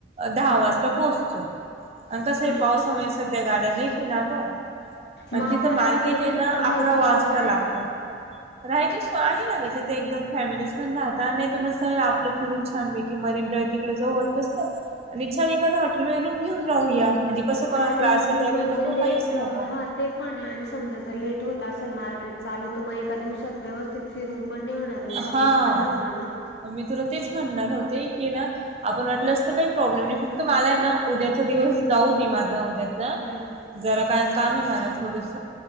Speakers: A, on the right; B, on the left.
A: दहा वाजता पोहोचतो आणि कसं आहे
B: हम्म
A: पावसामुळे सध्या गाड्या न येत ना ग आणि
B: मग
A: तिथं
B: आपल्याला
A: मार्केट
B: तिकडं
A: ये
B: काही
A: ना
B: राहायची
A: अकरा वाजता
B: सोय आहे
A: लागत
B: का
A: राहायचीस आहे ना ग तिथे दोन फॅमिलीज पण राहत नाही त मग आपलं फिरू ानले की मरीन डाव्ह तिकडे जाऊ स आणिच्छान ए तु रूम घेऊन राहूया म्हणजे कसं कोणाला
B: कारण
A: त्रास आहे
B: की
A: द्यायला
B: मग
A: नको
B: जर लेट
A: काहीच नको
B: हा ते पण आणि समजा जर लेट होत असेल मार्केट चालू तर मग एका दिवसात व्यवस्थित फिरून पण ने होणार
A: हा
B: शॉपिंग पण ने होणार ना
A: मी तुला तेच म्हणणार होते की ना आपण वाटलं असतं काही प्रॉब्लेम नाही फत तर मला आहे ना उद्याचा दिवस जाऊ दे माझ जाऊ द्याच
B: हम्म
A: जरा का काम आहे मला थोडस